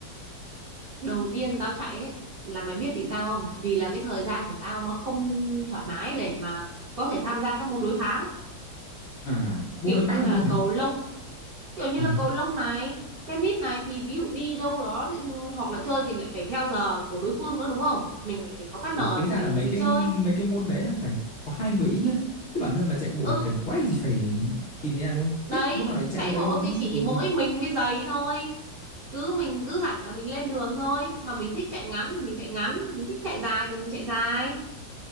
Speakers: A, on the right; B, on the left.
A: đầu tiên tao chạy ấy là mày biết vì sao không vì là cái thời gian của tao nó không thoải mái để mà có thể tham gia các môn đối kháng
B: À, môn
A: kiểu
B: đối
A: như
B: kháng là
A: là
B: môn gì?
A: cầu lông kiểu như
B: À,
A: là cầu lông này tennis này thì ví dụ đi đâu đó thì- ừ, hoặc là chơi thì lại phải theo giờ của đối phương nữa đúng không mình lại phải có partner
B: ừ, tính
A: để
B: ra
A: mình
B: là mấy
A: mình
B: cái
A: chơi
B: mấy cái môn đấy là phải có hai người ít nhất đấy chứ bản thân mà chạy bộ
A: ừ
B: thì cần quá gì phải tìm đến ai đúng không
A: đấy
B: thích lúc nào thì chạy
A: chạy
B: lúc đấy
A: bộ
B: luôn
A: thì
B: đấy
A: chỉ
B: ừ
A: mỗi mình với giày thôi cứ mình cứ rảnh là mình lên đường thôi mà mình thích chạy ngắn thì mình chạy ngắn mình thích chạy dài thì mình chạy dài